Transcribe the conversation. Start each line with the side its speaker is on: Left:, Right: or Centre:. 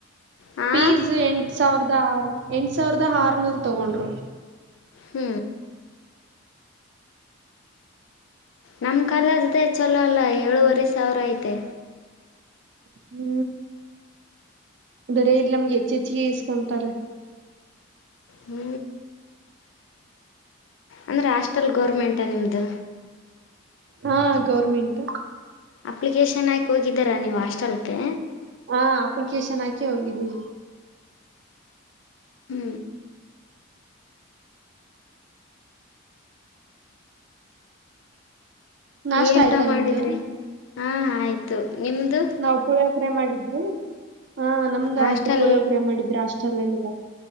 Left: ಹಾಂ
Right: ಪೀಸ್ ಎಂಟ್ ಸಾವಿರದ ಆರು ಎಂಟು ಸಾವಿರದ ಆರು ನೂರು ತಗೊಂಡ್ರು.
Left: ಹು ನಮ್ಮ ಕಾಲೇಜ್ದೇ ಚಲೋ ಅಲ್ಲ ಏಳೂವರೆ ಸಾವಿರ ಐತೆ.
Right: ಹು ಬಿಡಿ ಇಲ್ಲಿ ನಮ್ಗೆ ಹೆಚ್ಚ್ ಹೆಚ್ಚಿಗೆ ಇಸ್ಕೊಂತಾರೆ.
Left: ಹು ಅಂದ್ರೆ ಹಾಸ್ಟೆಲ್ ಗೌರ್ಮೆಂಟಾ ನಿಮ್ಮದು.
Right: ಹಾ ಗೌರ್ಮೆಂಟೂ
Left: ಅಪ್ಲಿಕೇಶನ್ ಹಾಕಿ ಹೋಗಿದ್ದೆರಾ ನೀವು ಹಾಸ್ಟೆಲ್ಗೆ.
Right: ಹ ಅಪ್ಲಿಕೇಶನ್ ಹಾಕಿ ಹೋಗಿದ್ವಿ.
Left: ಹು
Right: ನಾಷ್ಟ
Left: ಏನ್
Right: ಆಯ್ತಾ
Left: ಊಟ ಮಾಡಿದ್ರಿ
Right: ನಿಮ್ದು
Left: ಹಾ ಆಯ್ತು ನಿಮ್ದು.
Right: ನಾವು ಪುಳಿಯೊಗರೆ ಮಾಡಿದ್ರು ಹಾ ನಮ್ದು
Left: ಹಾಸ್ಟೆಲ್
Right: ಆಯ್ತು ಪುಳಿಯಗರೆ ಮಾಡಿದ್ರ ಹಾಸ್ಟೆಲ್ ಅಲ್ಲಿ ಇವತ.